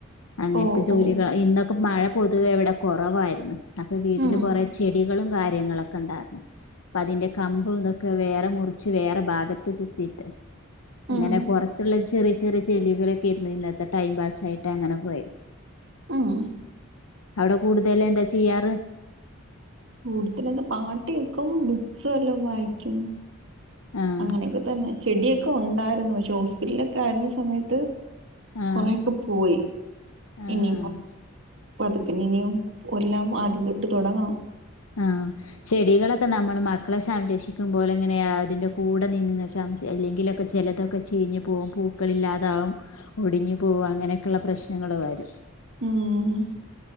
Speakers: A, on the left; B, on the right.
A: അങ്ങൻത്തെ
B: ഓ
A: ജോലികളാ
B: ഓ
A: ഇന്നൊക്കെ മഴ പൊതുവേ ഇവടെ കൊറവാര്ന്ന് അപ്പൊ വീട്ടില്
B: ഉം
A: കൊറെ ചെടികളും കാര്യങ്ങളൊക്കെ ഉണ്ടാര്ന്ന് ഇപ്പതിന്റെ കമ്പും ഇതൊക്കെ വേറെ മുറിച്ച് വേറെ ഭാഗത്ത് കുത്തിയിട്ട് ഇങ്ങനെ
B: ഉം
A: പൊറത്ത്ള്ള ചെറിയ ചെറിയ ചെളികളൊക്കേരുന്നു ഇന്നത്തെ ടൈം പാസായിട്ട് അങ്ങനെ പോയെ
B: ഉം
A: അവടെ കൂടുതലെന്താ ചെയ്യാറ്
B: കൂട്തലെന്താ പാട്ടേക്കും ബുക്സ് വല്ലോം വായിക്കും
A: ആഹ്
B: അങ്ങനെയൊക്കെ തന്നെ ചെടിയൊക്കെ ഒണ്ടാരുന്നു പക്ഷേ ഹോസ്പിറ്റലൊക്കാരുന്ന സമയത്ത്
A: ആഹ്
B: കൊറേക്കെ പോയി
A: ആഹ്
B: ഇനിപ്പം
A: ആഹ്
B: പതുക്കനെ ഇനിയും ഒല്ലാം ആദ്യം തൊട്ട് തൊടങ്ങണം
A: ആഹ് ചെടികളൊക്കെ നമ്മള് മക്കളെ ഷംരക്ഷിക്കുമ്പോലങ്ങനെയാ അ അതിന്റെ കൂടെ നിന്ന്ങ്ങനെ ഷം <unintelligible> അല്ലെങ്കിലൊക്ക ചെലതൊക്ക ചീഞ്ഞ് പോവും പൂക്കള് ഇല്ലാതാവും ഒടിഞ്ഞ് പോവും അങ്ങനെക്കെള്ള പ്രശ് നങ്ങള് വരും
B: ഉം